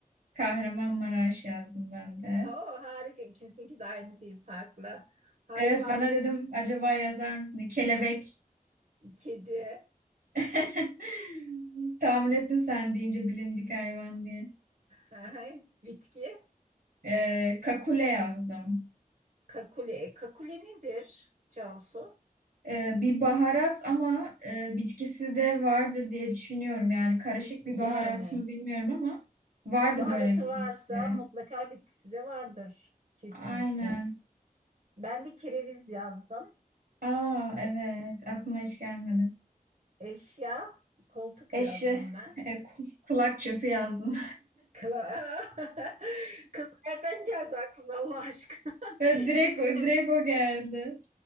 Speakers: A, on the right (about 85°); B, on the right (about 55°).
A: Kahramanmaraş yazdım ben de.
B: Oo, harika. İkimizinki de aynı değil, farklı. Hayvan,
A: Evet bana dedim acaba yazar mısın? diye. Kelebek.
B: kedi,
A: <laughs> Tahmin ettim sen deyince bilindik hayvan diye.
B: <laughs> bitki,
A: Ee, kakule yazdım.
B: kakule. Kakule nedir Cansu?
A: Ee, bir baharat ama e, bitkisi de vardır diye düşünüyorum. Yani karışık bir
B: Yani
A: baharat mı bilmiyorum ama vardı
B: baharatı
A: böyle bir
B: varsa
A: bitki. yani.
B: mutlaka bitkisi de vardır kesinlikle.
A: Aynen.
B: Ben de kereviz yazdım.
A: Aa evet
B: E,
A: aklıma hiç gelmedi.
B: eşya, koltuk
A: Eşi.
B: yazdım ben.
A: E, ku- kulak çöpü yazdım.
B: Kla <laughs> Kız nereden geldi aklına Allah aşkına?
A: <laughs> Ve
B: <laughs>
A: direkt,
B: Yemin
A: o-
B: ederim.
A: direkt o geldi.